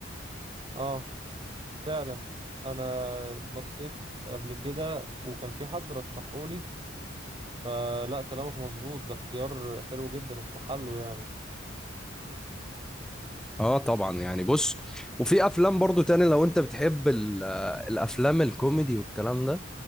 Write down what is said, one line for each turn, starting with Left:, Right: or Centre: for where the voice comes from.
Right: اه فعلا انا بصيت قبل كده وكان في حد رشحولي فلا كلامك مظبوط ده اختيار حلو جدا وفي محله يعني
Centre: اه طبعا يعني بص وفي افلام برضو تاني لو انت بتحب ال- آه، الافلام الكوميدي والكلام ده